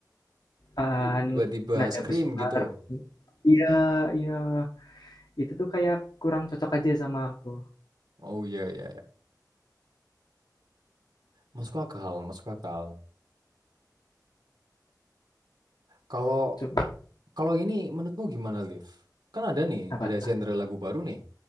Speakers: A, on the left; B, on the right.
A: eh,
B: ti- tiba-tiba
A: nada
B: scream
A: besar.
B: gitu
A: Iya, iya Itu tuh kayak kurang cocok aja sama aku.
B: oh iya iya iya. masuk akal masuk akal kalau
A: Cuman
B: kalau ini menurutmu gimana Liv kan ada nih
A: apa
B: ada
A: tuh?
B: genre lagu baru nih